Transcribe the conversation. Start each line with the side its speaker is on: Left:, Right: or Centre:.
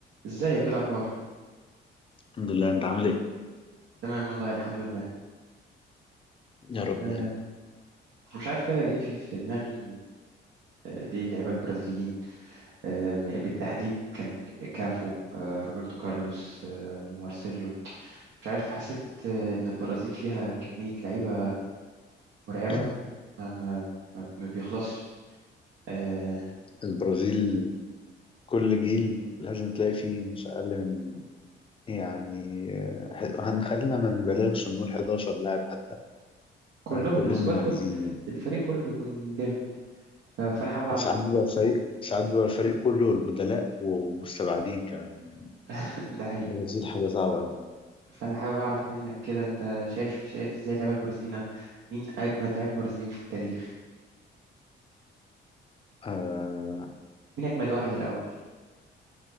Right: ازيك ايه الاخبار
Left: الحمد لله انت عامل ايه
Right: تمام والله الحمد لله
Left: يا رب
Right: أه
Left: دايما
Right: مش عارف كده جه في في دماغي أه ليه اللعيبه البرازيليين أه بالتحديد كان كافو أه روبرتو كارلوس أه ومارسيلو مش عارف حسيت أه ان البرازيل فيها كميه لعيبه مرعبه
Left: <clears throat>
Right: ما ما ما ما بيخلصش أه
Left: البرازيل كل جيل لازم تلاقي فيه مش أقل من إيه يعني آه، ح- هنخلينا ما نبالغش نقول 11 لاعب حتى
Right: فكلهم
Left: آه، كلهم
Right: السكواد
Left: مميزين
Right: كله
Left: يعني
Right: الفريق كله بيكون جامد ف- فانا حابب اعرف
Left: ساعات بيبقى الفريق ساعات بيبقى الفريق كله والبدلاء ومستبعدين كمان يعني
Right: <laughs> ده حقيقي
Left: البرازيل حاجة صعبة أوي
Right: فانا حابب اعرف منك كده انت شايف شايف ازاي اللعيبه البرازيليين مين اجمد لعيبه برازيليين في التاريخ
Left: آه،
Right: مين اجمد واحد الاول